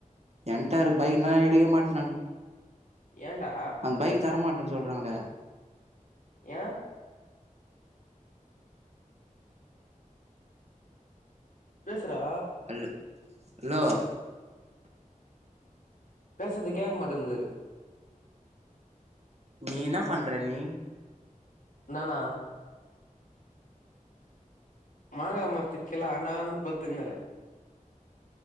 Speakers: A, on the right (about 50°); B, on the left (about 75°).
A: என்டாரு பைக்ன்னா எடுக்கவே மாட்டேனான்னு
B: ஏன்டா
A: அந்த பைக்கு தரமாட்டேன்னு சொல்றாங்க
B: ஏ பேசுறா
A: ஹல் ஹலோ
B: பேசுறது கேக்க மாட்டேங்குது
A: நீ இன்னா பண்ற நீ
B: நானா மாங்கா மரத்துக்கீல அன்னாந்துடு பத்துங்கீற